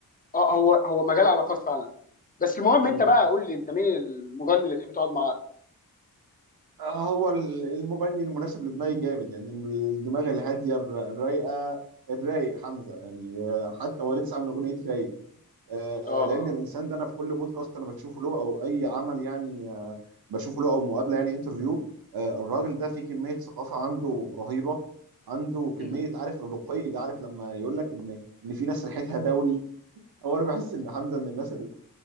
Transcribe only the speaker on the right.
مم.
هو ال- المغني المناسب لدماغي جامد يعني الدماغ الهاديه الر- الرايقه الرايق حمزه يعني آه، حتى هو لسه عامل اغنيه رايق آه،
لان الانسان ده انا في كل بودكاست انا بشوفه له او اي عمل يعني آه، بشوفه له او مقابله يعني انترفيو آه، الراجل ده فيه كميه ثقافه عنده رهيبه عنده كميه
عارف الرقي ده عارف لما يقول لك ان ان في ناس ريحتها دوني هو انا بحس ان حمزه من الناس اللي